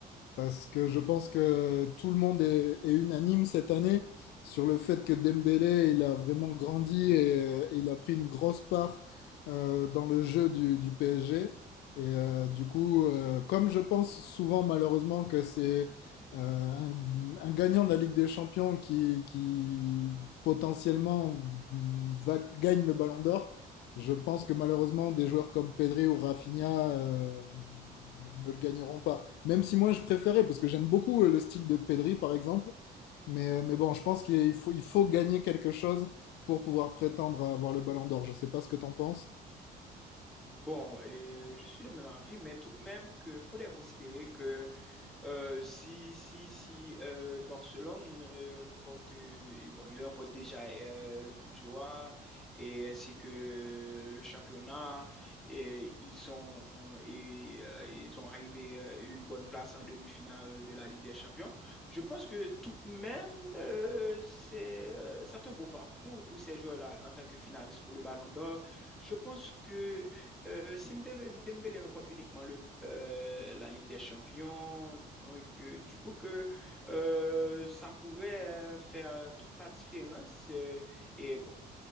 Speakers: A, on the left (about 75°); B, in the centre.
A: Parce que je pense que tout le monde est, est unanime cette année sur le fait que Dembélé, il a vraiment grandi et, et il a pris une grosse part euh, dans le jeu du, du PSG. Et euh, du coup, euh, comme je pense souvent malheureusement que c'est euh, un, un gagnant de la Ligue des Champions qui, qui potentiellement mm, va, gagne le Ballon d'Or, je pense que malheureusement des joueurs comme Pedri ou Rafinha euh, ne le gagneront pas. Même si moi je préférais, parce que j'aime beaucoup euh, le style de Pedri par exemple, mais, euh, mais bon, je pense qu'il faut, il faut gagner quelque chose pour pouvoir prétendre à avoir le ballon d'or. Je sais pas ce que t'en penses.
B: Bon, euh, je suis de même avis, mais tout de même qu'il faudrait considérer que Euh, si si, si euh, Barcelone euh, remporte, euh, et bon, il remporte déjà euh, le Coupe du Roi et ainsi que le championnat, et ils sont, et, euh, ils sont arrivés euh, une bonne place en demi-finale de la Ligue des Champions. Je pense que tout de même, euh, c'est euh, c'est un beau parcours pour ces joueurs-là en tant que finalistes pour le Ballon d'Or. Je pense que euh, si Mde- Dembélé remporte uniquement le, euh, la Ligue des Champions, donc euh, du coup que euh, ça pourrait euh, faire toute la différence. euh, et bon,